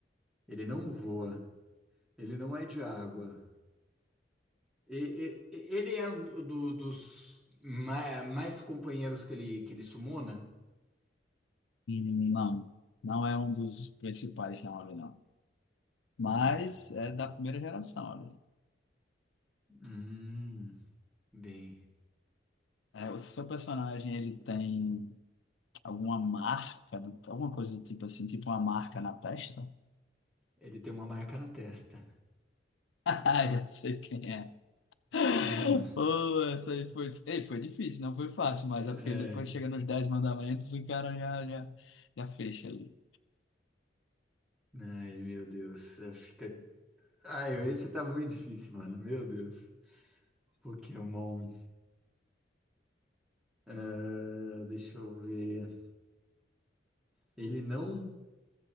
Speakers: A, in the centre; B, on the left (about 80°).
A: Ele não voa. Ele não é de água. E- e- e- ele é um do- dos ma- mais companheiros que ele, que ele sumona?
B: Não, não é um dos principais não nomes, não. Mas
A: Ah,
B: é da primeira geração, olha.
A: hum, bem,
B: É, o seu personagem, ele tem alguma marca, do- alguma coisa do tipo assim, tipo uma marca na testa? <laughs>
A: ele tem uma marca na testa.
B: Ah, eu sei quem é. <laughs>
A: Ah,
B: Pô, essa aí foi... Ei, foi difícil, não foi fácil, mas
A: é.
B: é porque depois chega nos dez mandamentos, o cara já, já, já fecha ali.
A: Ai, meu Deus. é, Fica. Ai, esse tá muito difícil, mano. Meu Deus. Pokémon. Ah, deixa eu ver. Ele não.